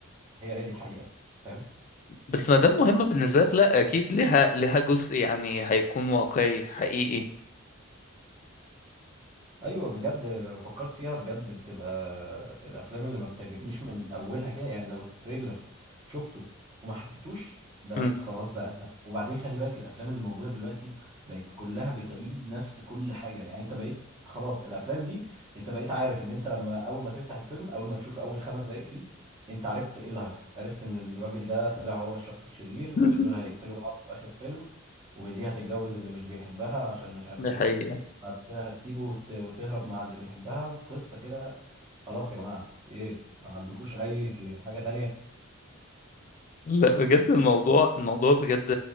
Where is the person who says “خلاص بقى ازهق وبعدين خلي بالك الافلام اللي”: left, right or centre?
Right